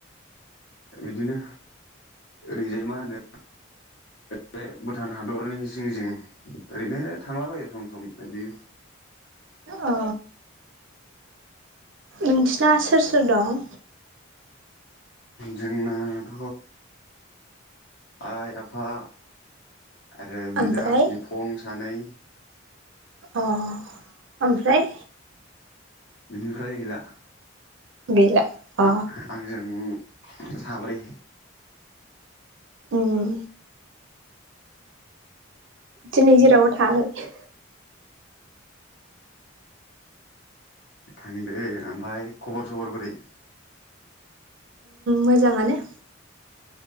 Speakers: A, on the left; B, on the right.
A: बिदिनो ओरैजाय मा होनो बे भुटान हादरनि जिं जिं ओरैनो थांलाबायो सम सम इदि
B: अ नोंसिना सोर सोर दं?
A: जोंनाथ' आइ आफा आरो बिदा
B: ओमफ्राय
A: बिफं सानै
B: अ ओमफ्राय
A: बिनिफ्राय गैला।
B: गैला अ
A: आ-आंजों साब्रै
B: उम दिनि जेरावबो थाङाखै
A: थांदो ओमफाय खबर सबर बोरै
B: मोजाङानो